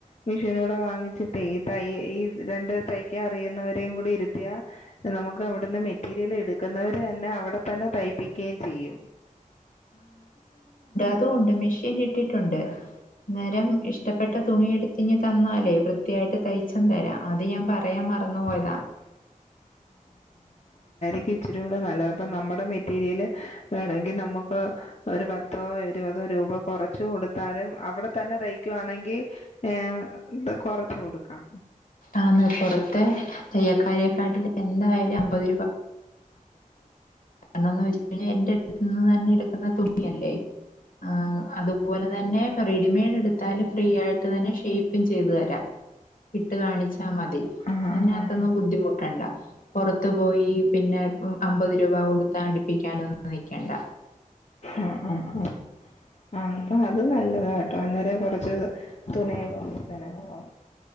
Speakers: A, on the left (about 50°); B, on the left (about 75°).
A: മെഷീനൂടെ വാങ്ങിച്ചിട്ടേ ഈ തൈ ഈ രണ്ട് തയ്ക്കാൻ അറിയുന്നവരേ കൂടി ഇരുത്തിയാ നമുക്ക് അവിടുന്ന് മെറ്റീരിയൽ എടുക്കുന്നവര് തന്നെ അവിടെ തന്നെ തയ്പ്പിക്കയും ചെയ്യും
B: അതും ഉണ്ട് മെഷീൻ ഇട്ടിട്ടുണ്ട് അന്നേരം ഇഷ്ടപ്പെട്ട തുണി എടുത്തിഞ്ഞ് തന്നാലേ വൃത്തിയായിട്ട് തയ്ച്ചും തരാം അത് ഞാൻ പറയാൻ മറന്നു പോയതാ
A: ആഹ് ക്കും ഇച്ചിരുടെ നല്ലത് അപ്പ നമ്മ ടെ മെറ്റീരിയല് വേണങ്കി നമ്മക്ക് ഒരു പത്തോ ഇരുപതോ രൂപ കൊറച്ച് കൊടുത്താലും അവിടെ തന്നെ തയ്ക്കുവാണെങ്കി ഏഹ് കൊറച്ച് കൊടുക്കാം
B: ആന്ന് പുറത്തെ തയ്യൽക്കാരെക്കാട്ടിൽ എന്തായാലും അമ്പത് ണം ഒന്നെന്റെ അടുത്ത് നിന്ന് തന്നെ എടുക്കുന്ന തുണി ഇല്ലല്ലേ ആഹ് അതുപോലെ തന്നെ റെഡിമെയ്ഡ് എടുത്താലും ഫ്രീ ആയിട്ട് തന്നെ ഷേപ്പും ചെയ്തു തരാം ഇട്ട് കാണിച്ചാ മതി
A: ആ
B: അതിനകത്തൊന്നും
A: ആ
B: ബുദ്ധിമുട്ടണ്ട പുറത്തു പോയി പിന്നെ അമ്പത് രൂപ കൊടു അതടിപ്പിക്കാനൊന്നും നിക്കണ്ട
A: ആഹ് ആഹ് ആഹ് ആഹ് അപ്പൊ അത് നല്ലത കേട്ടോ അന്നേരം കൊറച്ച് തുണിയും കൊണ്ട് <unintelligible> ഓ